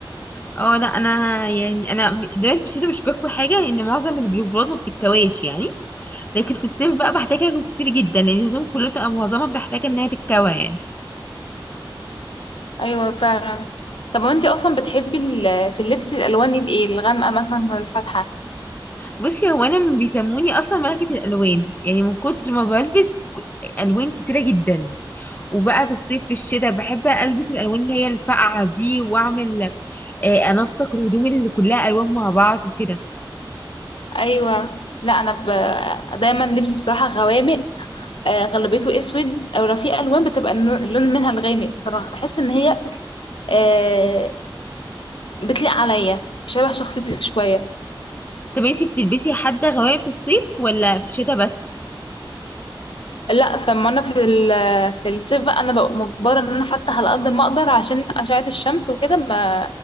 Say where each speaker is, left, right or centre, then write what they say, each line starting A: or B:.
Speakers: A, on the left; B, on the left.
A: اه لا انا يعني انا دايما في الشتاء مش بكوي حاجه لان معظم البلوفرات ما بتتكواش يعني لكن في الصيف بقى بحتاجها كتير جدا لان يعني الهدوم كلها بتبقى معظمها بتحتاج انها تتكوى يعني
B: ايوه فعلا طب وانتي اصلا بتحبي ال- في اللبس الالوان دي ايه الغامقه مثلا ولا الفاتحه
A: بصي هو انا بيسموني اصلا ملكة الالوان يعني من كتر ما بلبس ك- الوان كتيرة جدا وبقى في الصيف في الشتاء بحب البس الالوان اللي هي الفقعة دي واعمل آه، انسق الهدوم اللي كلها الوان مع بعض وكده
B: ايوه لا انا ب... دايما لبسي بصراحه غوامق آه، غالبيته اسود او لو في الوان بتبقى النو- اللون منها الغامق بصراحه بحس ان هي آه، بتليق عليا شبه شخصيتي شويه
A: طب انتي بتلبسي حتى غواية في الصيف ولا في الشتاء بس
B: لا فما انا في ال- في الصيف بقى انا ببقى مجبره ان انا افتح على قد ما اقدر عشان اشعه الشمس وكده ما